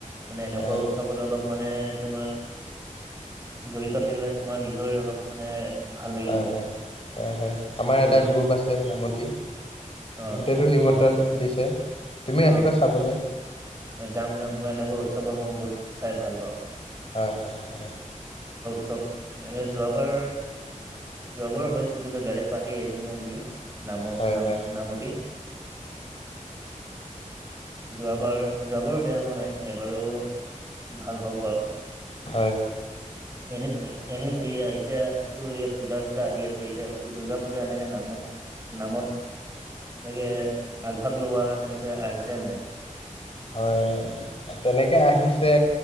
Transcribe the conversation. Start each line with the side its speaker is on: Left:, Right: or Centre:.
Right: মানে এনেকুৱা
Left: হয়
Right: উৎসৱত অলপ মানে তোমাৰ জড়িত থাকিলে তোমাৰ নিজৰ অলপ মানে ভাল লাগিব
Left: হয় হয় হয় হয় আমাৰ
Right: যিহেতু
Left: এটা গ্ৰুপ আছে নামতি
Right: অ
Left: গোটেইটো নিমন্ত্ৰণ
Right: অ অ
Left: দিছে তুমি আহিবা
Right: অ
Left: চাবলে
Right: যাম যাম মই এনেকুৱা উৎসৱৰ মই বহুত চাই ভাল পাওঁ
Left: হয় হয় হয়
Right: চব এ যোৱাবাৰ যোৱাবাৰ হৈছিল কিন্তু বেলেগ পাৰ্টি আহিছিল নে নেকি নাম
Left: হয়
Right: নাম
Left: হয়
Right: নামতি যোৱাবাৰ। যোৱাবাৰো বেয়া হোৱা নাই এবাৰো ভাল হওক বাৰু
Left: হয়
Right: এনে এনে এ এতিয়াতো এ পূজা চুজা আহি আছে এতিয়া দুৰ্গা পূজা এনেকে নামত নামত এনেকে আগভাগ লোৱা তেনেকে আহিছে নাই?
Left: হয় তেনেকে আহিছে